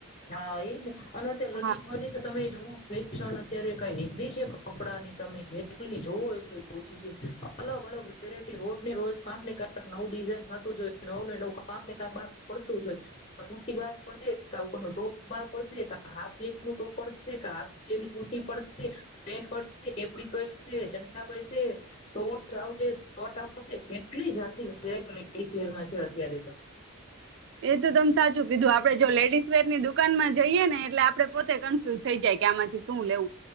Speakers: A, on the left; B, on the right.
A: હા એજ ને અને અત્યારે લડીસ
B: હા
A: બને તો તમે નવું ફેશન અત્યારે કઈ નીકળી છે કપડાની તમે જેટલી જોવ એટલી ઓછી છે અલગ અલગ વેરાયટી રોજને રોજ કંક ને કંક નવું ડિઝાઇન થતું જોઈ નવું ને નવું કંક ને કંક બહાર પડતું જોય કુર્તી બહાર પડશે કા ટોપ બહાર પડશે કા હાલફ સ્લીપ ણુ ટોપ પડશે કા હાફ ટોપ ની કુર્તી પેન્ટ પડશે કેપરી પડશે ચડ્ડા પડશે તો બ્રાઉઝર પડશે કેટલી જાતની વેરાઈટી નીકળી છે અત્યારે તો શહેરમાં
B: એ તો તમ સાચું કીધું આપડે જો લેડીસ વર ની દુકાન માં જઈએે ને એટલે આપડે પોતે કન્ફ્યુઝ થઈ જાય કે આમાંથી શું લેવું.